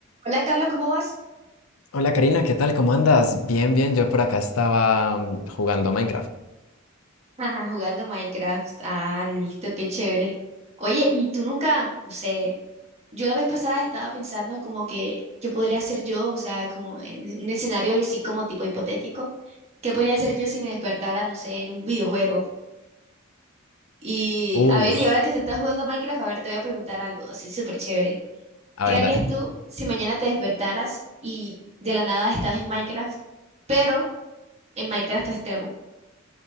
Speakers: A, on the right; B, on the left.
A: Hola Carlos, ¿cómo vas?
B: Hola Karina, ¿qué tal? ¿Cómo andas? Bien, bien, yo por acá estaba mm, jugando Minecraft.
A: Ajá, jugando Minecraft. Ah, listo, qué chévere. Oye, ¿y tú nunca, no sé, yo la vez pasada estaba pensando como que, ¿qué podría hacer yo? O sea, como en un escenario así como tipo hipotético, ¿qué podría hacer yo si me despertara, no sé, en un videojuego? Y
B: Uf,
A: a ver, y ahora que tú estás jugando Minecraft, a ver, te voy a preguntar algo así súper chévere.
B: a
A: ¿Qué
B: ver,
A: harías
B: dale.
A: tú si mañana te despertaras y de la nada estás en Minecraft, pero en Minecraft extremo?